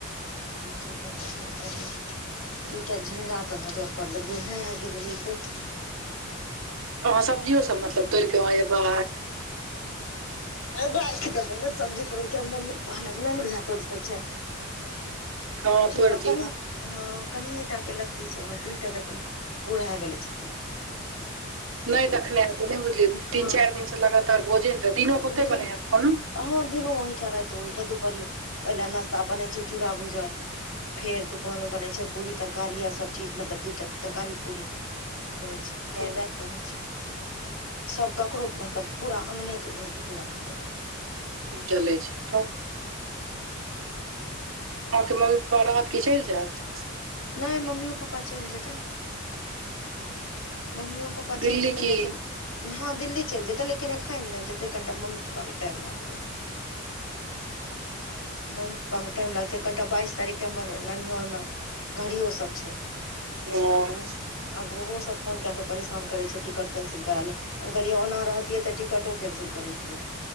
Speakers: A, on the left (about 85°); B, on the right (about 70°).
A: जेबै तखैन करेबै दूटा झिंगा पर नजर पड़ल बुढ़ाय गेले यै देख <unintelligible>
B: अहाँ सब्जियो सब मतलब तोड़ कऽ अहाँ अरे बा
A: राइख देबै न सब्जी तोड़िकेँ मम्मी पपा नई न अभि तोड़े सकैय छै
B: हँ
A: झिगा
B: तोड़ि दियौ
A: कनि हँ कनिए टा केँ लत्त लत्ती छै ओहिमे दुइ टा देखलियै बुढ़ा गेले <unintelligible>
B: नहि देखने हेतै नहि बुझलियै
A: हँ
B: तीन चारि दिन से लगातार भोजन रहै दिनो क
A: भोजन
B: ओते बने हैत खना
A: हँ दिनो ओहिठाम राति ओहिठ दुपरियो पहिले नस्ता बनै छै चूरा भूजल फेर दुपहरमे बनैत छै पूड़ी तरकारी आ सभचीज मतलब दू टा तरकारी पूरी बनै छै फेर
B: हँ
A: राति बनै छै सब ककरो मतलब पूरा अंगने घरके चुल्हा नहि जलबै छथीन
B: चलै छी त अहाँके मम्मी पपा रहत कि चलि जायत
A: नहि मम्मियो पपा चलि जेतै मम्मिओ पप्पा
B: दिल्ली
A: चलि जेतै
B: की
A: लेकिन हँ दिल्ली चलि जेतै लेकिन एखन नहि जेतै कनिटा मम्मी पापाके टाइम लागतै मम्मी पपा के टाइम लागते कनिटा बाइस तारीख के हमर ननिहर मे घड़ियो सब छै
B: हँ
A: आब ओ आब ओहो सब फोन कए कऽ परेशान करै छै टिकट कैंसिल करा लए हम कहलियै ओना रहतियै तऽ टिकटो कैंसिल करैतियै